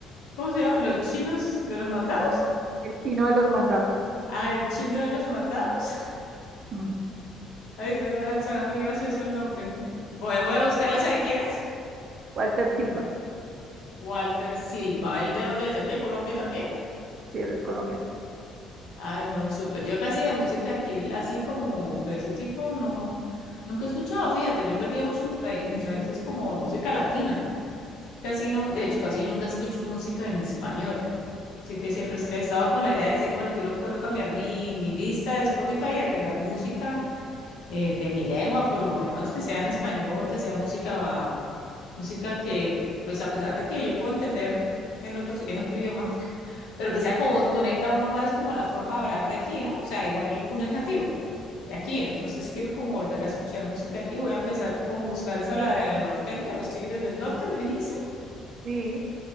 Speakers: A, on the left (about 80°); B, on the right (about 45°).
A: ¿Cómo se llama? ¿Los chinos de los mandados?
B: El Chino de los Mandados.
A: Ah, el chino de los mandados. <laughs>
B: Mm.
A: Ay, suena, suena muy gracioso el nombre. ¿no? Voy, a- voy a buscarla, ¿sabe quién es?
B: Walter Silva,
A: Walter Silva, ¿el de dónde es? ¿De aquí de Colombia también?
B: si eres colombiano.
A: Ay, no, súper. Yo casi de música aquí, así como de ese tipo, no, nunca he escuchado. Fíjate, yo he perdido mucho mis raí- mis raíces como de música latina. Casi no, de hecho, casi nunca escucho música en español. Así que siempre he estado con la idea de decir, bueno, quiero, quiero cambiar mi, mi lista de Spotify y agregar música eh, de mi lengua, por lo menos que sea en español, que sea música, música que, pues a pesar de que yo puedo entender en otros, en otro idioma, pero que sea como conecta uno más como la forma de hablar de aquí, ¿no? O sea, igual uno es nativo de aquí, entonces quiero como volver a escuchar música aquí. Voy a empezar con buscar esa la de la norteña, de los Tigres del Norte, me dijiste.
B: Sí,